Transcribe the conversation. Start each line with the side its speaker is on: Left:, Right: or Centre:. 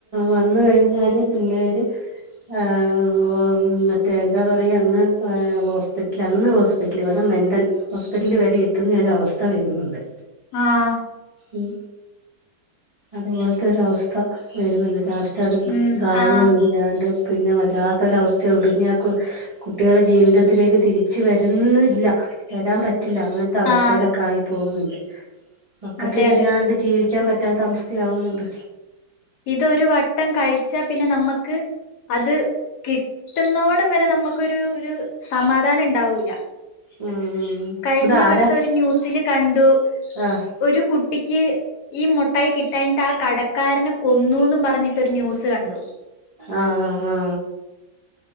Right: വന്നു കഴിഞ്ഞാല് പിള്ളേര് ആഹ് മറ്റേ എന്താ പറയാ അങ്ങ് എഹ് ഹോസ്പിറ്റൽ അങ്ങ് ഹോസ് പിറ്റൽ വരെ മെന്റൽ ഹോസ്പിറ്റല് വരെ എത്തുന്ന ഒരവസ്ഥ വരുന്നുണ്ട്.
Left: ആഹ്
Right: ഉം. അതുപോലത്തെ ഒരവസ്ഥ വരുന്നുണ്ട്. ലാസ്റ്റ് അത്
Left: ഉം
Right: ഭാവവും
Left: ആ
Right: ഇല്യാണ്ട്. പിന്നെ വല്ലാത്തൊരവസ്ഥയൊണ്ട്. പിന്നെ ആകു കുട്ടികളെ ജീവിതത്തിലേക്ക് തിരിച്ച് വരുന്നില്ല. വരാൻ പറ്റില്ല. അങ്ങ ൻത്തെ അവസ്ഥയിലൊക്കെ
Left: ആ
Right: ആയി പോകുന്നുണ്ട്. മക്കൾക്ക്
Left: അതെ
Right: ഇതില്ലാണ്ട്
Left: അതെ
Right: ജീവിക്കാൻ പറ്റാത്ത അവസ്ഥ. ത്യയാവുന്നുണ്ട്.
Left: ഇതൊരു വട്ടം കഴിച്ച പിന്നെ നമ്മക്ക് അത് കിട്ടുന്നോടം വരെ നമുക്കൊരു ഒരു സമാധാനം ഉണ്ടാവൂല.
Right: ഉം
Left: കഴിഞ്ഞവട്ടം
Right: ഇതാരാ
Left: ഒരു ന്യൂസില് കണ്ടു.
Right: ആഹ്
Left: ഒരു കുട്ടിക്ക് ഈ മുട്ടായി കിട്ടാഞ്ഞിട്ട് ആ കടക്കാരനെ. - കൊന്നൂന്ന് പറഞ്ഞിട്ടൊരു ന്യൂസ് കണ്ടു.
Right: ആഹ് ആ ആഹ്